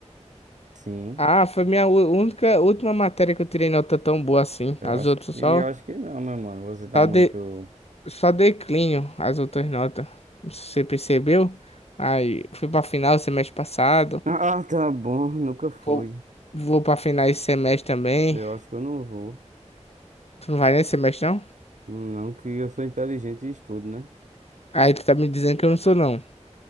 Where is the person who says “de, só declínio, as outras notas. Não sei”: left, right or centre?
Left